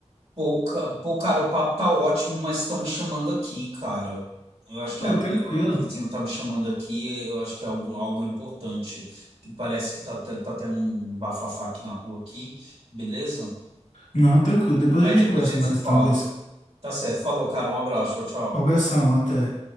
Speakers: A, on the right (about 60°); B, on the left (about 85°).
A: Pô, ca- pô, cara, o papo tá ótimo, mas estão me chamando aqui, cara. Eu acho que
B: Ô,
A: a-
B: tranquilo.
A: o vizinho tá me chamando aqui, eu acho que é algum, algo importante. Parece que tá, te- tá tendo um bafafá aqui na rua aqui, beleza?
B: Não, tranquilo. Depois
A: Aí
B: a gente
A: depois
B: conversa
A: a gente
B: mais
A: se fala.
B: então, Gleison.
A: Tá certo. Falou, cara. Um abraço. Tchau, tchau.
B: Um abração, até.